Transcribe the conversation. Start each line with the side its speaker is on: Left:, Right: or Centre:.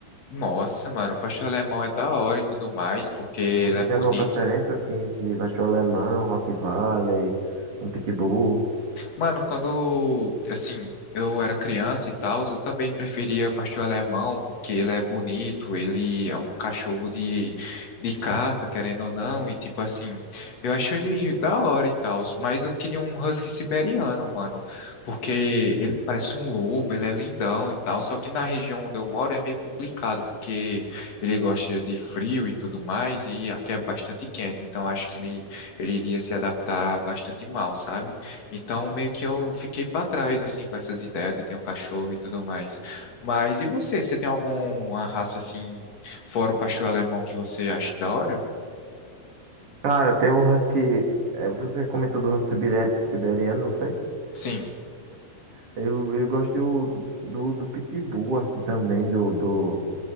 Left: Nossa, mano, o pastor alemão é da hora e tudo mais, porque ele
Right: Você
Left: é
Right: tem
Left: bonito.
Right: alguma preferência, assim, entre pastor alemão, Rottweiler, um pitbull?
Left: Mano, quando, assim, eu era criança e tal, eu também preferia pastor alemão, porque ele é bonito, ele é um cachorro de, de caça, querendo ou não, e tipo assim, eu acho ele da hora e tal, mas eu queria um husky siberiano, mano, porque ele parece um lobo, ele é lindão e tal, só que na região onde eu moro é meio complicado, porque ele gosta de frio e tudo mais, e aqui é bastante quente, então acho que ele, ele iria se adaptar bastante mal, sabe? Então, meio que eu fiquei para trás, assim, com essas ideias de ter um cachorro e tudo mais. Mas e você? Você tem alguma raça, assim, fora o pastor alemão que você acha da hora?
Right: Cara, tem o husky, é, você comentou do husky siberia- siberiano, não foi?
Left: Sim,
Right: Eu, eu gosto do, do, do pitbull, assim, também, do, do